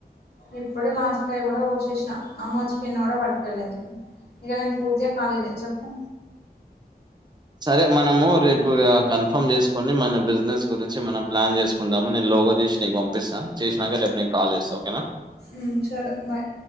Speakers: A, on the left (about 80°); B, on the right (about 25°).
A: ఇప్పుడే లాస్ట్కాయ కూడా పోసేసిన అమ్మ వచ్చి పిన్న కూడా పట్టుకెళ్ళింది. ఇంక నేను పూర్తిగా కాలేనే చెప్పు
B: సరే మనము రేపు ఇగ కన్ఫర్మ్ చేసుకుని మన బిజినెస్ గురించి మనం ప్లాన్ చేసుకుందాము నే లో ఫోన్ చేసి నీకు పంపిస్తా చేసినాక రేపు నేను కాల్ చేస్తా ఓకేనా
A: మ్ సరే బాయ్